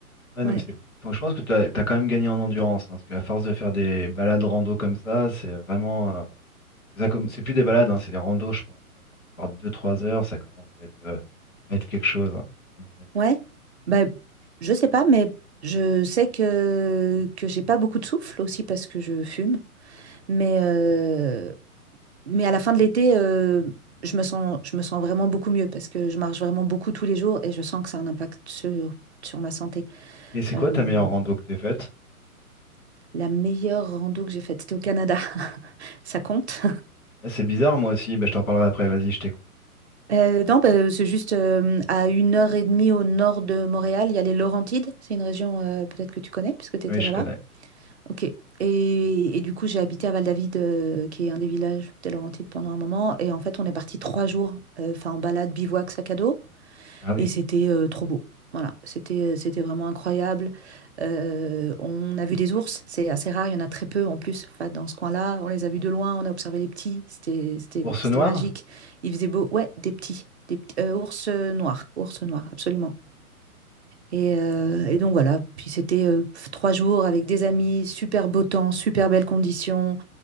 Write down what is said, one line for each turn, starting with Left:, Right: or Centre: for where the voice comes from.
Left: Ouais, non,
Right: Ouais.
Left: mais c'est, donc, je pense que t'as, t'as quand même gagné en endurance, hein, parce qu'à force de faire des balades rando comme ça, c'est vraiment, euh, ça comm- c'est plus des balades, hein, c'est des randos, je pense. hein. Quand tu pars deux, trois heures, ça commence à être, euh, à être quelque chose, hein, à mon avis.
Right: Ouais. Bah, je sais pas, mais je sais que que j'ai pas beaucoup de souffle aussi parce que je fume. Mais, euh, Mais à la fin de l'été, euh, je me sens, je me sens vraiment beaucoup mieux parce que je marche vraiment beaucoup tous les jours et je sens que ça a un impact sur, sur ma santé.
Left: Mais c'est quoi
Right: Euh,
Left: ta meilleure rando que t'aies faite?
Right: la meilleure rando que j'ai faite, c'était au Canada. <laughs> Ça compte?
Left: Ah, c'est bizarre, moi aussi. Bah, je t'en parlerai après. Vas-y, je t'écoute.
Right: Euh, non, bah, c'est juste euh, à une heure et demie au nord de Montréal, il y a les Laurentides. C'est une région euh, peut-être que tu connais puisque tu
Left: Oui,
Right: étais
Left: je
Right: là-bas.
Left: connais.
Right: Ok. Et, et du coup, j'ai habité à Val-David, euh, qui est un des villages des Laurentides pendant un moment. Et en fait, on est parti trois jours, euh, enfin en balade, bivouac, sac à dos.
Left: Ah oui.
Right: Et c'était euh, trop beau. Voilà, c'était euh, c'était vraiment incroyable. Euh, on a vu des ours, c'est assez rare, il y en a très peu en plus enfin, dans ce coin-là. On les a vus de loin, on a observé les petits, c'était c'était-
Left: Ours
Right: c'était
Left: noir?
Right: magique. Il faisait beau, ouais, des petits, des petits- euh, ours euh, noirs, ours noirs, absolument. Et, euh, et donc voilà, puis c'était euh, pff, trois jours avec des amis, super beau temps, super belles conditions,